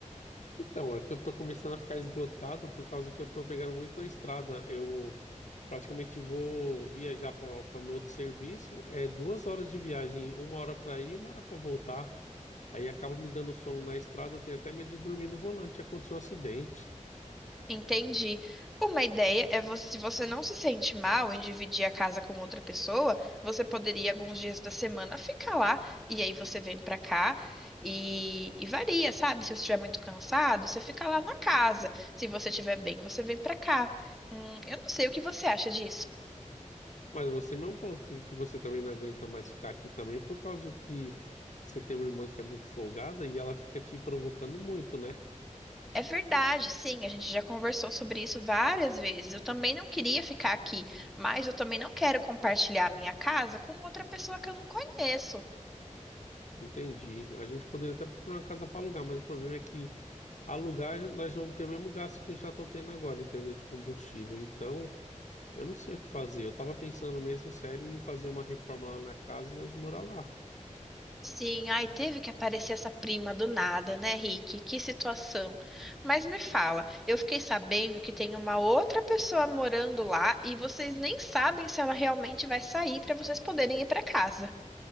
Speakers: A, on the left; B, in the centre.
A: Então, é que eu tô começando a ficar esgotado por causa que eu tô pegando muito a estrada. Eu praticamente vou viajar para meu outro serviço. É duas horas de viagem, uma hora para ir e uma hora para voltar. Aí acaba me dando sono na estrada. Eu tenho até medo de dormir no volante. Aconteceu um acidente.
B: Entendi. Uma ideia é você, se você não se sente mal em dividir a casa com outra pessoa, você poderia alguns dias da semana ficar lá e aí você vem pra cá e, e varia, sabe? Se você estiver muito cansado, você fica lá na casa. Se você estiver bem, você vem pra cá. Hum, eu não sei o que você acha disso.
A: Mas você mesmo falou assim que você também não aguenta mais ficar aqui também por causa que você tem uma irmã que é muito folgada e ela fica te provocando muito, né?
B: É verdade, sim, a gente já conversou sobre isso várias vezes. Eu também não queria ficar aqui, mas eu também não quero compartilhar a minha casa com outra pessoa que eu não conheço.
A: Entendi. A gente poderia até procurar uma casa para alugar, mas o problema é que alugar nós vamos ter o mesmo gasto que eu já estou tendo agora, entendeu? De combustível. Então, eu não sei o que fazer. Eu estava pensando mesmo sério em fazer uma reforma lá na casa e nós morar lá.
B: Sim, ai, teve que aparecer essa prima do nada, né, Rick? Que situação. Mas me fala, eu fiquei sabendo que tem uma outra pessoa morando lá e vocês nem sabem se ela realmente vai sair para vocês poderem ir para casa.